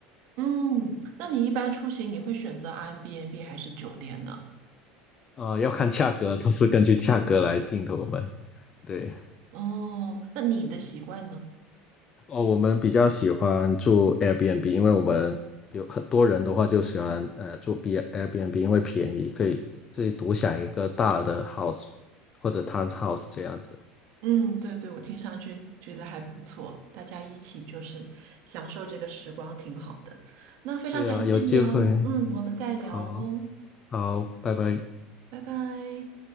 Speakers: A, on the right (about 65°); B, on the left (about 30°).
A: 嗯，那你一般出行你会选择 Airbnb 还是酒店呢？
B: 呃，要看价格，都是根据价格来定的。我们对
A: 哦，那你的习惯呢？
B: 哦，我们比较喜欢住 Airbnb，因为我们有很多人的话就喜欢呃住 B Airbnb，因为便宜，可以自己独享一个大的 house 或者 townhouse 这样子。
A: 嗯，对对，我听上去觉得还不错，大家一起就是享受这个时光，挺好的。那非常感谢你哦，
B: 对呀、有机会。
A: 嗯，我们再聊哦，
B: 好，好，拜拜。
A: 拜拜。